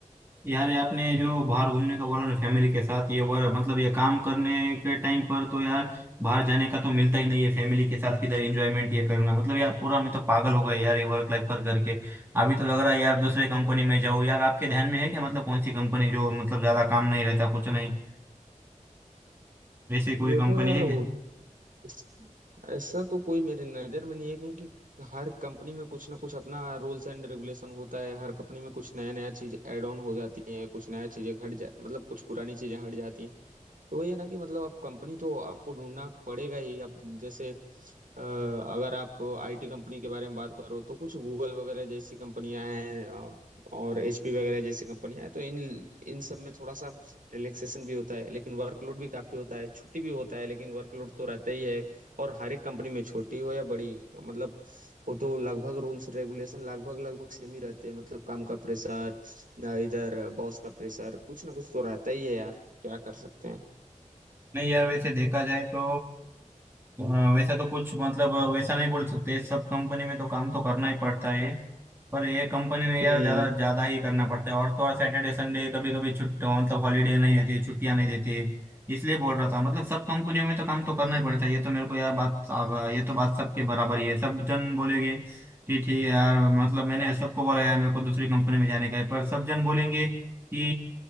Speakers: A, on the right; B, on the right.
A: यार ये आपने जो बाहर घूमने का बोला ना फैमिली के साथ ये वर मतलब ये काम करने के टाइम पर तो यार बाहर जाने का तो मिलता ही नहीं है फैमिली के साथ किधर एंजॉयमेंट ये करना मतलब यार पूरा मैं तो पागल हो गया यार ये वर्क लाइफ पर करके अभी तो लग रहा है यार दूसरे कंपनी में जाऊँ यार आपके ध्यान में है क्या मतलब कौन सी कंपनी जो मतलब ज्यादा काम नहीं रहता कुछ नहीं वैसे कोई
B: देखो
A: कंपनी
B: यार
A: है
B: वो
A: क्या
B: इस- ऐसा तो कोई मेरे नज़र में नहीं है क्योंकि हर कंपनी में कुछ ना कुछ अपना रूल्स एंड रेगुलेशन होता है हर कंपनी में कुछ नया नया चीज ऐड ऑन हो जाती है कुछ नया चीजें हट जा मतलब कुछ पुरानी चीजें हट जाती हैं तो वही है ना कि मतलब अब कंपनी तो आपको ढूंढना पड़ेगा ही अब जैसे अ, अगर आप आईटी कंपनी के बारे में बात करो तो कुछ गूगल वगैरह जैसी कंपनियां हैं अ, और एचपी वगैरह जैसी कंपनियां हैं तो इन इन सब में थोड़ा सा रिलैक्सेशन भी होता है लेकिन वर्कलोड भी काफी होता है छुट्टी भी होता है लेकिन वर्कलोड तो रहता ही है और हर एक कंपनी में छोटी हो या बड़ी मतलब वो तो लगभग रूल्स रेगुलेशन लगभग लगभग सेम ही रहते हैं मतलब काम का प्रेशर इधर बॉस का प्रेशर कुछ ना कुछ तो रहता ही है यार क्या कर सकते हैं
A: नहीं यार वैसे देखा जाए तो हाँ, वैसा तो कुछ मतलब वैसा नहीं बोल सकते सब कंपनी में तो काम तो करना ही पड़ता है पर ये कंपनी में यार
B: हम्म
A: ज्यादा ज्यादा ही करना पड़ता है और तो और सैटरडे संडे कभी कभी छुट्टी मतलब हॉलीडे नहीं देते छुट्टियां नहीं देते इसलिए बोल रहा था मतलब सब कंपनियों में तो काम तो करना ही पड़ता है ये तो मेरे को यार बात अब ये तो बात सबके बराबर ही है सब जन बोलेंगे कि ठीक है यार मतलब मैंने सबको बोला यार मेरे को दूसरी कंपनी में जाने का है पर सब जन बोलेंगे कि